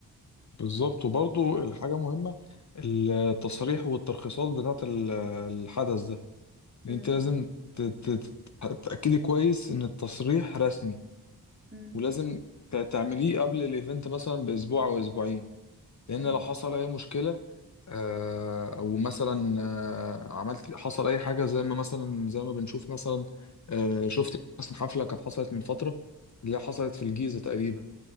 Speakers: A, on the left (about 45°); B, on the right (about 25°).
A: بالظبط وبرضو الحاجة مهمة التصاريح والترخيصات بتاعة ال- الحدث ده يعني
B: مم.
A: انت لازم ت- ت- ت- تتأكدي كويس ان التصريح رسمي
B: مم.
A: ولازم ت- تعمليه قبل الايفنت مثلا باسبوع او اسبوعين لان
B: مم.
A: لو حصل اي مشكله آه، او مثلا آه، عملت حصل اي حاجه زي ما مثلا زي ما بنشوف مثلا آه، شفت مثلا حفله كانت حصلت من فتره اللي هي حصلت في الجيزه تقريبا